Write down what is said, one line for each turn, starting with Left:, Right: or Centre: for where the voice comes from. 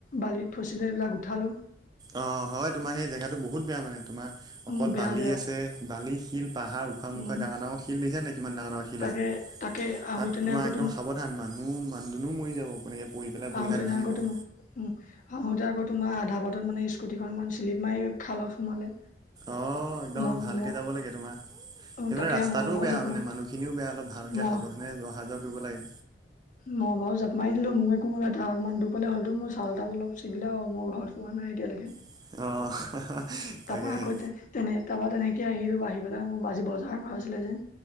Left: বালিত ফছিলে। এইবিলাক উঠালো।
Right: অ, হয়, তোমাৰ সেই জেগাতটো বহুত বেয়া মানে, তোমাৰ
Left: উম
Right: অকল
Left: বেয়া
Right: বালি
Left: বেয়া
Right: আছে, বালি, শিল পাহাৰ উখা-মুখা
Left: উম
Right: ডাঙৰ -ডাঙৰ শিল দেখিছা নে নাই কিমান ডাঙৰ-ডাঙৰ শিল
Left: তাকে
Right: আছে।
Left: তাকে আহোতেনে
Right: তাত তোমাৰ
Left: আকৌ
Right: একদম সাৱধান, মানুহ, মানুহ দুনুহও মৰি যাব তেনেকে পৰি। পেলাই ভৰি
Left: আহোতেনে
Right: হাত ভাঙিব
Left: আকৌ
Right: অ'
Left: তোম, উম, আহোতে আকৌ তোমাৰ, আধা বাটত মানে স্কুটিখনন <unintelligible> চিল্প মাৰি খালত সোমালে।
Right: অ, একদম
Left: মই
Right: ভালকে
Left: ম
Right: যাব লাগে তোমাৰ, এইফালে
Left: তাকে
Right: ৰাস্তাটোও
Left: মহ বাৰু
Right: বেয়া
Left: জাপ
Right: মানে,
Left: মাৰ
Right: মানুহখিনিও বেয়া, অলপ ভালকে
Left: মহ
Right: সাৱধানে অহা-যোৱা কৰিব লাগে।
Left: মহ বাৰু জাপ মাৰি দিলো, মোৰ একো <unintelligible> এটা অকণমান দুখ পালে হৈটো মোৰ ছাল- তাল অলপ ছিগিলে বাৰু, মই ঘৰত কোৱা নাই এতিয়ালৈকে।
Right: অ। তাকেহে
Left: তাৰপৰা আকৌ তেনে তাৰপা তেনেকে আহিলো, আহি পেলাই মোৰ আজি বজাৰ বাৰ আছিলে যেন।